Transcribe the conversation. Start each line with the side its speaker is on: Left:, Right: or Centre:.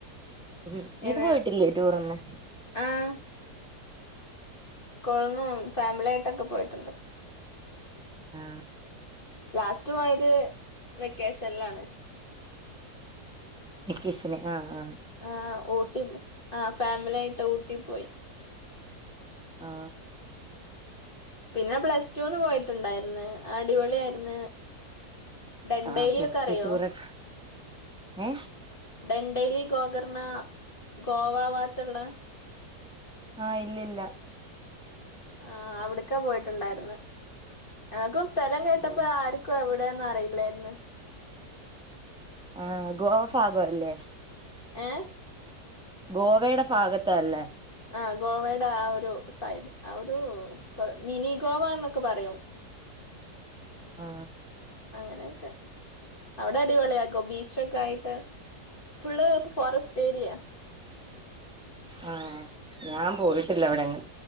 Centre: ഉം
Left: ഇങ്ങനെ
Centre: നീ പോയിട്ടില്ലേ ടൂറ് ഒന്നും
Left: ആഹ് സ്‌കൂളിൽ നിന്നും ഫാമിലി ആയിട്ടൊക്കെ പോയിട്ട്
Centre: ആ
Left: ലാസ്റ്റ് പോയത് വെ വെക്കേഷനിലാണ്
Centre: വെക്കേഷന് ആ ആ
Left: ആ ഊട്ടി ആ ഫാമിലി ആയിട്ട് ഊട്ടിപ്പോയി
Centre: ആ
Left: പിന്നെ പ്ലസ്ടുന്ന് പോയിട്ടുണ്ടായിരുന്ന് അടിപൊളി ആയിരുന്നു ഡണ്ടൈലി
Centre: ആഹ് പ്ലസ്
Left: ഒക്കെ അറിയോ
Centre: ടു ടൂറൊക്കെ ഏഹ്
Left: ഡണ്ടൈലി ഗോകർണ ഗോവവാത്തുള്ള
Centre: ആ ഇല്ലില്ല
Left: ആഹ് അവിടക്കാ പോയിട്ടുണ്ടായിര്ന്ന് ഞങ്ങക്ക് സ്കു സ്ഥലം കേട്ടപ്പോ
Centre: ഓഹ്
Left: ആർക്കും എവിടെന്ന് അറിയില്ലായിരുന്നു <inaudible>
Centre: ആ ഗോവഫാഗോ അല്ലേ
Left: ഏ
Centre: ഗോവയുടെ ഭാഗത്ത് അല്ലേ
Left: ആ ഗോവയുടെ ആ ഒരു സൈഡ് ആ ഒരു മിനി ഗോവ എന്നൊക്കെ പറയും
Centre: ആ
Left: അങ്ങനെയൊക്കെ അവിടെ അടിപൊളി ആട്ടോ ബീച്ചൊക്കെ ആയിട്ട് ഫുള്ള് ഫോറസ്റ്റ് ഏരിയ
Centre: ആ ഞാൻ പോയിട്ടില്ല അവിടെ അങ്ങെ